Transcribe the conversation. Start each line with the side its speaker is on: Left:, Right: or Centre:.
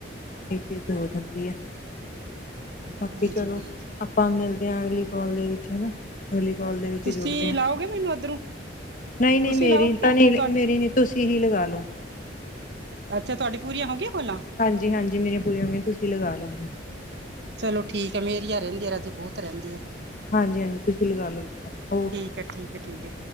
Left: ਇਹ ਚੀਜ਼ ਹੋ ਜਾਂਦੀ ਹੈ
Right: ਹਾਂਜੀ
Left: ਬਾਕੀ ਚਲੋ ਆਪਾਂ ਮਿਲਦੇ ਆਂ ਅਗਲੀ ਕਾਲ ਦੇ ਵਿੱਚ ਹਨਾ ਅਗਲੀ ਕਾਲ ਦੇ ਵਿੱਚ
Right: ਤੁਸੀਂ
Left: ਜੁੜਦੇ ਆਂ
Right: ਲਾਓਗੇ ਮੈਨੂੰ ਉੱਧਰੋਂ
Left: ਨਹੀਂ ਨਹੀਂ
Right: ਤੁਸੀਂ
Left: ਮੇਰੀ
Right: ਲਾਓਗੇ ਕਿ
Left: ਤਾਂ ਨਹੀਂ
Right: ਤੁਹਾਡੀ
Left: ਮੇਰੀ ਨ ਤੁਸੀਂ ਹੀ ਲਗਾ ਲੋੋ
Right: ਅੱਛਾ ਤੁਹਾਡੀ ਪੂਰੀਆਂ ਹੋਗੀਆਂ ਕੋਲਾਂ
Left: ਹਾਂਜੀ ਹਾਂਜੀ ਮੇਰੀਆਂ ਪੂਰੀਆਂ ਹੋ ਗੀਆਂ ਤੁਸੀਂ ਲਗਾ ਲੋ
Right: ਚਲੋ ਠੀਕ ਐ ਮੇਰੀਆਂ ਰਹਿੰਦੀਆਂ ਰਾਜੇ ਬਹੁਤ ਰਹਿੰਦੀ ਹੈ
Left: ਹਾਂਜੀ ਹਾਂਜੀ ਤੁਸੀਂ ਲਗਾ ਲ਼ੋ ਓ
Right: ਕ ਠੀਕ ਐ ਠੀਕ ਐ